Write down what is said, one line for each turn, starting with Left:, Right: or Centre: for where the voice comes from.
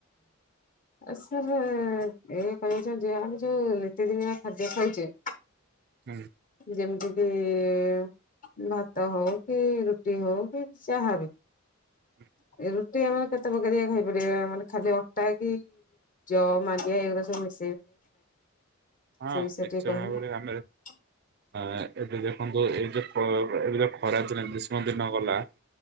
Left: ଆ ସାର୍ ଏଇ କହୁ <unintelligible> ଯେ ଆମେ ଯୋଉ ନିତିଦିନିଆ ଖାଦ୍ୟ ଖାଉଚେ
Right: ହୁଁ।
Left: ଯେମିତି କିି ଭାତ ହଉ କି ରୁଟି ହଉ କି ଚାହା ବି
Right: ହ
Left: ରୁଟି ଆମର କେତେ ପ୍ରକାରଆ ଖାଇପାରିବା ମାନେ ଖାଲି ଅଟା କି ଜଅ, ମାଣ୍ଡିଆ ଏଗୁରା ସବୁ <unintelligible>
Right: ହଁ
Left: ସେ ବିଷୟରେ
Right: ନିଶ୍ଚୟ
Left: ଟିକେ କହିବେ
Right: ଭାବରେ ଆମେ
Left: <inaudible>
Right: ଆ ଏବେ ଦେଖନ୍ତୁ ଏଇ ଯୋଉ ଏବେ ଯୋଉ ଖରା <unintelligible> ଗ୍ରୀଷ୍ମ ଦିନ ଗଲା